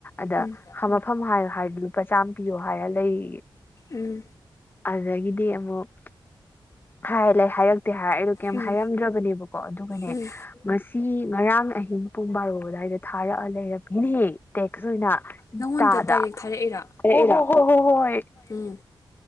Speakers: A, on the left (about 25°); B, on the left (about 40°).
A: ꯑꯗ
B: ꯎꯝ
A: ꯈꯝꯃꯐꯝ ꯍꯥꯏ ꯍꯥꯏ ꯂꯨꯄꯥ ꯆꯥꯝꯃ ꯄꯤꯌꯣ ꯍꯥꯏꯔ ꯂꯩ ꯎ
B: ꯎꯝ
A: ꯑꯗꯨꯗꯒꯤꯗꯤ ꯑꯃꯨꯛ ꯍꯥꯏ ꯂꯩ ꯍꯥꯏ ꯇ ꯍꯥꯏꯔ ꯑꯩꯗꯣ ꯀꯩ
B: ꯎꯝ
A: ꯍꯥꯏꯔꯝꯗ꯭ꯔꯕꯅꯦꯕꯀꯣ ꯑꯗꯨꯒꯅꯦ
B: ꯎꯝ
A: ꯉꯁꯤ ꯉꯔꯥꯡ ꯑꯍꯤꯡ ꯄꯨꯡ ꯕꯥꯔꯣ ꯑꯗꯨꯋꯥꯏꯗ ꯊꯥꯔꯛꯑ ꯂꯩꯔꯝꯃꯤꯅꯦꯍ ꯇꯦꯛꯁ ꯑꯣꯏꯅ
B: ꯅꯪꯉꯣꯟꯗ
A: ꯇꯥꯗꯥ
B: ꯗꯥꯏꯔꯦꯛ ꯊꯥꯔꯛꯏꯔꯣ
A: ꯍ ꯍꯣꯏ
B: ꯎꯝ